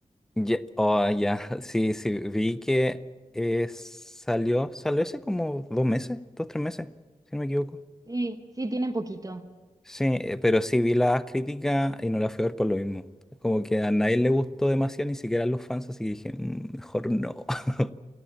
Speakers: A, in the centre; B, on the right.
A: Ya, oh, ya, <laughs> sí, sí, vi que eh, salió, salió hace como dos meses, dos, tres meses, si no me equivoco.
B: Sí, sí, tiene poquito.
A: Sí, eh, pero sí vi las críticas y no las fui a ver por lo mismo. Como que a nadie le gustó demasiado, ni siquiera a los fans, así que dije, "Mm, mejor no. <laughs>